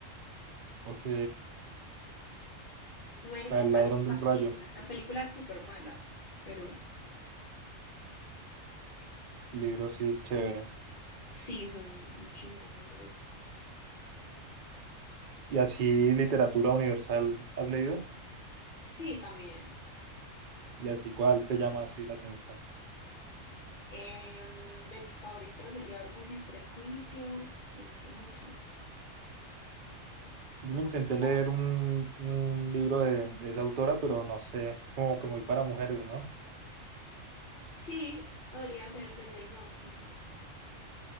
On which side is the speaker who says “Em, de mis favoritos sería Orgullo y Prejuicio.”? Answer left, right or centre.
Left